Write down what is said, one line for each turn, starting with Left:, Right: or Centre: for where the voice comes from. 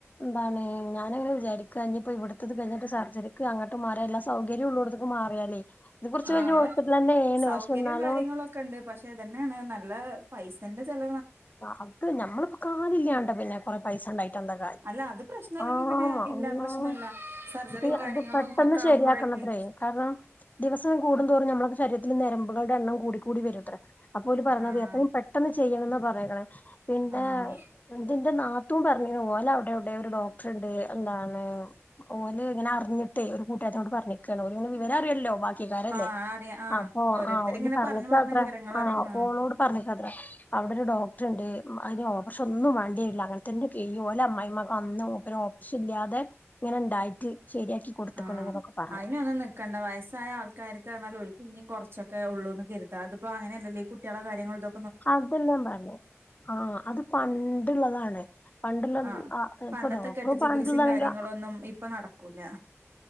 Left: എന്താണ് ഞാനങ്ങനെ വിചാരിക്കുക്ക ഇഞ്ഞിപ്പോ ഇവിടുത്തത് കഴിഞ്ഞട്ട് സർജറിക്ക് അങ്ങോട്ട് മാറിയ എല്ലാ സൗകര്യം ഉള്ള ഇടത്തേക്ക് മാറിയാലേ ഇത് കുറച്ച്
Right: ആ
Left: വലിയ
Right: അവിടെ
Left: ഹോസ്പിറ്റലന്നെയാണ്
Right: സൗകര്യവും
Left: പക്ഷെ എന്നാലും
Right: കാര്യങ്ങളും ഒക്കെ ഉണ്ട് പക്ഷെ ഇതന്നെയാണ് നല്ല പൈസന്റെ ചിലവ്
Left: അത് ഞമള്ളിപ്പോ കാലില്ലാണ്ട് പിന്നെ കൊറെ പൈസണ്ടായിട്ട് എന്താ കാര്യം
Right: അല്ല അത് പ്രശ്നല്ലെങ്കിൽ
Left: ആ <unintelligible>
Right: പിന്നെ ഇല്ല പ്രശ്നല്ല സർജറിയും കാര്യങ്ങളും
Left: അത് പെട്ടെന്ന്
Right: ഒക്കെ
Left: ശരിയാക്കണത്രേ
Right: ആവുമ്പോഴേക്കെ
Left: കാരണം ദിവസം കൂടും തോറും ഞമ്മള ശരീരത്തില് ഞരമ്പുകളുടെ എണ്ണം കൂടിക്കൂടി വരുത്രേ അപ്പോ ഓര് പറഞ്ഞത്
Right: ആഹ്
Left: എത്രയും പെട്ടെന്ന് ചെ- ചെയ്യണം ന്ന പറഞ്ഞേക്കണേ പിന്നെ
Right: ആഹ്
Left: എ എന്റെ നാത്തുൻ പറഞ്ഞി ഓല അവിടെ എവിടെയോ ഒരു ഡോക്ടർ ഉണ്ട് എന്താണ് ഓന് ഇങ്ങനെ അറിഞ്ഞിട്ട് ഒരു കൂട്ടുകാരത്തിനോട് പറഞ്ഞേക്കാണ് ഓന് പിന്നെ വിവര അറിയല്ലോ ബാക്കി ക്കാരല്ലേ
Right: ആഹ് അറിയാം ആഹ്
Left: അപ്പൊ
Right: ഓരോരുത്തരിങ്ങനെ
Left: ആഹ് ഓ പറഞ്ഞേക്കത്ര
Right: പറഞ്ഞു പറഞ്ഞ് വിവരങ്ങളറിയും
Left: ആ
Right: ആഹ്
Left: ഓളോട് പറഞ്ഞേക്കത്ര ഡോക്ടർ ഇണ്ട് അതിന് ഓപ്പറേഷൻ ഒന്നും വേണ്ടി വരില്ല അങ്ങനെത്തെന്റെ കീഴില് ഓല അമ്മായിയമ്മ അന്നും ഓപ്പറേഷൻ ഇല്ലാതെ ഇങ്ങനെ ഇണ്ടായിട്ട് ശരിയാക്കി കൊടുത്ത്ക്ക്ണ്
Right: ആ
Left: എന്നൊക്കെ പറഞ്ഞത്രേ
Right: അയിനൊന്നും നിക്കണ്ട വയസായ ആൾക്കാരൊക്കെ നല്ലപോലെ പിന്നെയും കൊറ ച്ചൊക്കെ ഉള്ളൂന്ന് കരുതാ ഇതിപ്പോ അങ്ങനെ അല്ലല്ലോ ഈ കുട്ടികളെ കാര്യങ്ങൾ ഇതൊ
Left: അതെല്ലാം പറഞ്ഞു ആ അത് പണ്ടുള്ളതാണ് പണ്ടുള്ള
Right: ആഹ്
Left: ആ
Right: പണ്ടത്തെ
Left: ഇപ്പൊ ഡോക്ടർ
Right: കെട്ട് ചികിത്സയും
Left: പണ്ടുള്ളതാണെങ്കിൽ
Right: കാര്യങ്ങളൊന്നും ഇപ്പൊ നടക്കൂല